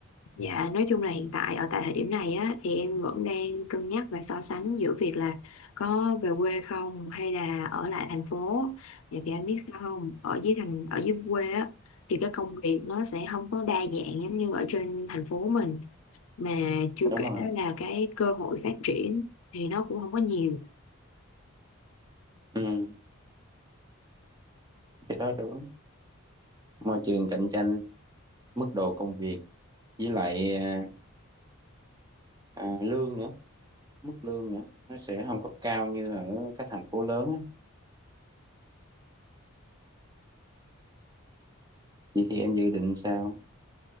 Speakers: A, on the left (about 70°); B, on the right (about 15°).
A: Dạ, nói chung là hiện tại ở tại thời điểm này á thì em vẫn đang cân nhắc và so sánh giữa việc là có về quê không hay là ở lại thành phố. Tại vì anh biết sao không, ở dưới thành ở dưới quê á thì cái công việc nó sẽ không có đa dạng giống như ở trên thành phố mình mà chưa
B: đúng
A: kể
B: không
A: là cái cơ hội phát triển thì nó cũng không có nhiều.
B: ừ. cái đó đúng môi trường cạnh tranh mức độ công việc với lại à, à, lương nữa mức lương nữa nó sẽ không có cao như ở các thành phố lớn á vậy thì em dự định sao